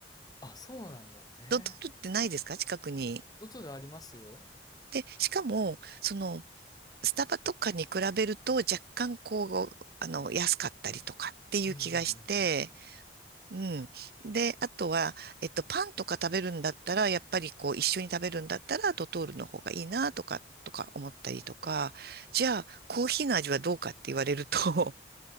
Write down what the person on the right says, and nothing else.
ドトールってないですか近くに。
で、しかも、その、スタバとかに比べると若干こう、あの、安かったりとかっていう気がして、
うん。で、あとは、えっと、パンとか食べるんだったら、やっぱりこう、一緒に食べるんだったら、ドトールの方がいいな、とか、とか思ったりとか、じゃあ、コーヒーの味はどうかって言われると、